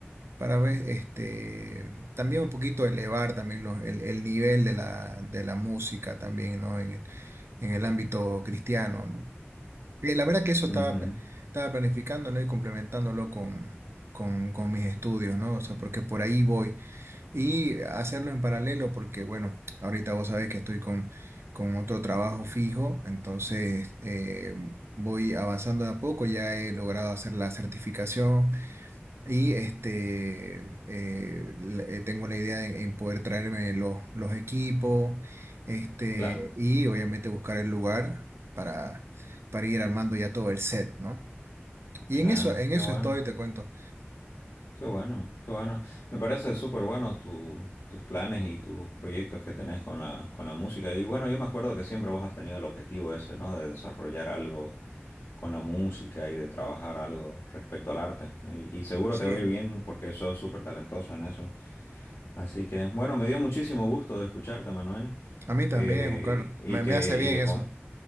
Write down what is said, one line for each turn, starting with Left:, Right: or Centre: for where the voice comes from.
Right: para ver, este, también un poquito elevar también los- el, el nivel de la, de la música también, ¿no? En, en el ámbito cristiano, ¿no? Eh, La verdad que eso estaba,
Left: ujú,
Right: pla- estaba planificando, ¿no? Y complementándolo con, con, con mis estudios, ¿no? O sea, porque por ahí voy. Y hacerlo en paralelo, porque bueno, ahorita vos sabés que estoy con, con otro trabajo fijo, entonces eh, voy avanzando de a poco, ya he logrado hacer la certificación y este, eh, la- eh, tengo la idea en, en poder traerme los, los equipos, este,
Left: Claro,
Right: y obviamente buscar el lugar para, para ir armando ya todo el set, ¿no?
Left: claro,
Right: Y en eso, en
Left: qué
Right: eso
Left: bueno,
Right: estoy, te cuento.
Left: qué bueno, qué bueno. Me parece súper bueno tu- tus planes y tus proyectos que tenés con la, con la música. Y bueno, yo me acuerdo que siempre vos has tenido el objetivo ese, ¿no? De desarrollar algo con la música y de trabajar algo respecto al arte. Y, y seguro
Right: Sí,
Left: te va a ir bien porque sos súper talentoso en eso. Así que, bueno, me dio muchísimo gusto de escucharte, Manuel,
Right: a mí también,
Left: eh,
Right: Juan Carlos.
Left: y
Right: Me,
Left: que,
Right: me hace bien
Left: y que,
Right: eso.
Left: com-